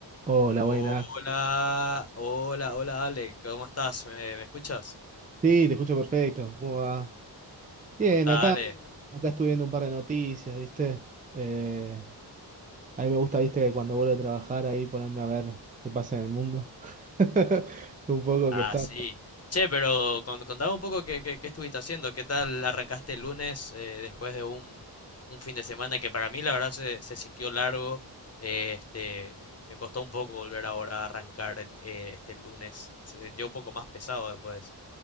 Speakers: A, on the right; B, on the left.
A: Hola,
B: Hola,
A: buenas.
B: hola, hola Ale, ¿cómo estás? ¿Me, me escuchas?
A: Sí, te escucho perfecto. ¿Cómo va? Bien,
B: ¿Cómo está
A: acá,
B: Ale? Bien,
A: acá estuve viendo un par de noticias, ¿viste? Eh, a mí me gusta, ¿viste? Cuando vuelvo a trabajar ahí ponerme a ver qué pasa en el mundo. <laughs> Un poco
B: Ah,
A: que está.
B: ¿cómo sí. Che, pero con- contame un poco qué, qué- qué estuviste haciendo, qué tal arrancaste el lunes eh, después de un, un fin de semana que para mí la verdad se, se sintió largo. eh, este, me costó un poco volver ahora a arrancar eh, este lunes. Se sintió un poco más pesado después.